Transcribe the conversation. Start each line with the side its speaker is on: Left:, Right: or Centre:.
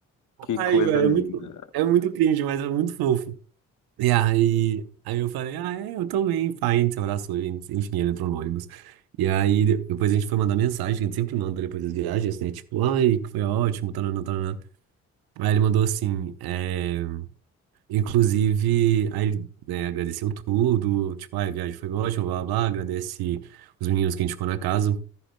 Left: Que
Right: Ai,
Left: coisa
Right: velho,
Left: linda.
Right: é muito, é muito cringe, mas é muito fofo. E aí, aí eu falei, ah, é, eu também, pai, a gente se abraçou, a gente- enfim, ele entrou no ônibus. E aí, de- depois a gente foi mandar mensagem, que a gente sempre manda depois das viagens, né? Tipo, ai, que foi ótimo, tanana, tanana. Aí ele mandou assim, é, inclusive, aí ele, né, agradeceu tudo, tipo, ai, a viagem foi ótima, blá, blá, blá, agradece os meninos que a gente ficou na casa.